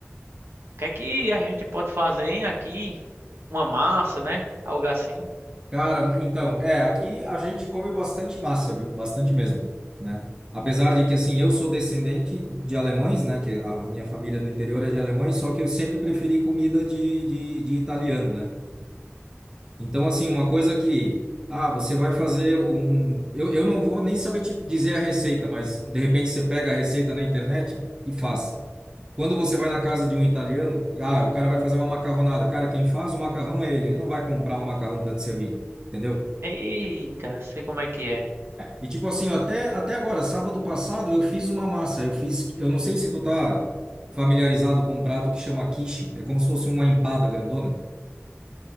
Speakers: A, on the right (about 60°); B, on the right (about 20°).
A: que é que a gente pode fazer hein, aqui? Uma massa, né? Algo assim.
B: Cara, então, é, aqui a gente come bastante massa, viu? Bastante mesmo, né? Apesar de que, assim, eu sou descendente de alemães, né? Que a minha família do interior é de alemães, só que eu sempre preferi comida de, de, de italiano, né? Então, assim, uma coisa que, ah, você vai fazer um... um- Eu, eu não vou nem saber te dizer a receita, mas de repente você pega a receita na internet e faz. Quando você vai na casa de um italiano, ah, o cara vai fazer uma macarronada. Cara, quem faz o macarrão é ele, ele não vai comprar um macarrão para te servir, entendeu?
A: Eita, sei como é que é.
B: E tipo assim, ó, até, até agora, sábado passado, eu fiz uma massa. Eu fiz, eu não sei se tu tá familiarizado com um prato que chama quiche. É como se fosse uma empada grandona.